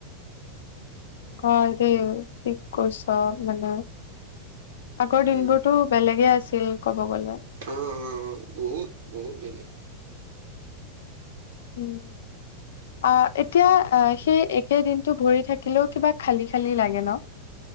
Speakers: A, on the left; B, on the right.
A: অ' এ ঠিক কছা মানে। আগৰ
B: উম
A: দিনবোৰতো বেলেগে আছিল ক'ব গলে।
B: অ অ বহুত বহুত বেলেগ।
A: উম। অ' এতিয়া সেই একেদিনটো ভৰি থাকিলেও কিবা খালি খালি লাগে ন। <inaudible>